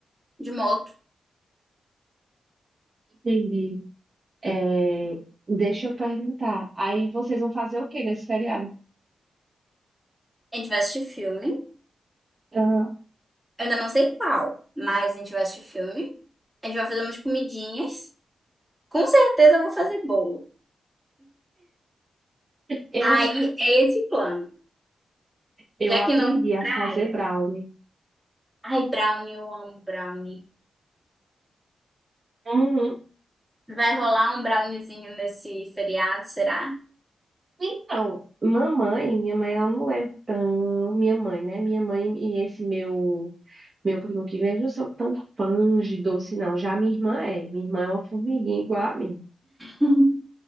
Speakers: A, in the centre; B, on the right.
A: de moto.
B: Entendi. É, deixa eu perguntar. Aí vocês vão fazer o quê nesse feriado?
A: A gente vai assistir filme. Eu
B: Ah,
A: ainda não sei qual, mas a gente vai assistir filme. A gente vai fazer umas comidinhas. Com certeza eu vou fazer bolo.
B: eu
A: Aí é esse o plano.
B: Eu
A: Já
B: aprendi
A: que não
B: a
A: praia.
B: fazer brownie.
A: Ai, brownie, eu amo brownie.
B: Uhum.
A: Vai rolar um browniezinho nesse feriado, será?
B: Então, mamãe, minha mãe, ela não é tão minha mãe, né? Minha mãe e esse meu meu primo que vem, eles não são tão fãs de doce, não. Já minha irmã é. Minha irmã é uma formiguinha igual a mim.
A: Uhum.